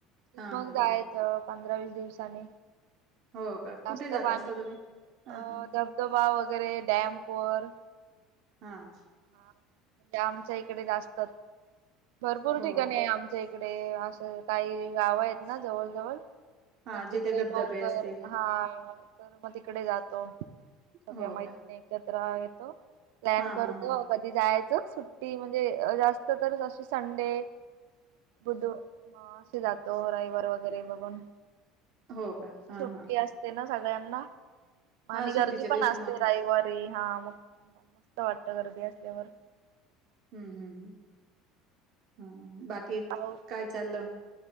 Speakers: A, on the right; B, on the right.
A: हा
B: मग
A: हा
B: जायचं
A: हा
B: पंधरा वीस दिवसाांनी.
A: हो का
B: जास्त
A: कुठे जात
B: पाणी
A: असता तुम्ही हा
B: अ
A: हा
B: धबधबा वगैरे डॅमवर.
A: हा.
B: हा म्हणजे आमच्या इकडे जास्त भरपूर
A: हो
B: ठिकाणी आहे आम. इकडे असं काही गाव आहेत ना जवळ जवळ.
A: हा
B: तर
A: जिथे
B: तिकडे
A: धबधबे
B: डोंगर
A: असतील
B: हा. तर मग तिकडे जातो सगळ्या
A: हो
B: मैञिणी
A: का
B: एकत्र येतो प्लॅन
A: हा
B: करतो.
A: हा हा
B: कधी जायचं सुट्टी म्हणजे जास्त तर अशी संडे. बुध हा असे जातो रविवार वगैरे बघून.
A: हो का हा
B: सुट्टी
A: हा
B: असते ना सगळ्यांना. आणि
A: हा
B: गर्दी
A: सुट्टीच्या
B: पण
A: दिवशी
B: असते
A: मग
B: रविवारी हा मग मस्त वाटत गर्दी असल्यावर.
A: हम्म हम् हम् ह बाकी
B: पाऊ
A: काय चाललं.